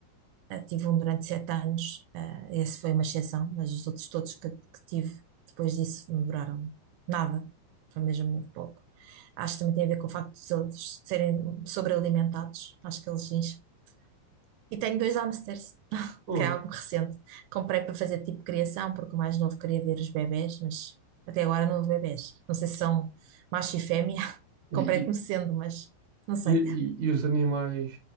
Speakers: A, on the right; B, on the right.
A: Ah, tive um durante sete anos, ah, esse foi uma exceção, mas os outros todos que, que tive depois disso não duraram nada, foi mesmo muito pouco. Acho que também tem a ver com o facto de eles serem sobrealimentados, acho que eles enchem. E tenho dois hamsters
B: Pô,
A: que é algo recente. Comprei para fazer tipo criação, porque o mais novo queria ver os bebés, mas até agora não houve bebés. Não sei se são macho e fêmea. <laughs>
B: E,
A: Comprei
B: e-
A: como sendo, mas não sei.
B: E, e, e os animais,